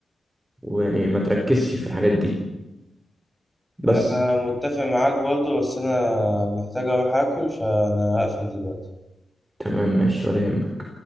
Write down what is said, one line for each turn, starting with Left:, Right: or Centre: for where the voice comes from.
Right: ويعني ما تركزش في الحاجات دي بس
Centre: أنا متفق معاك برضه بس أنا محتاج أروح آكل فأنا هقفل دلوقتي.
Right: تمام ماشي ولا يهمك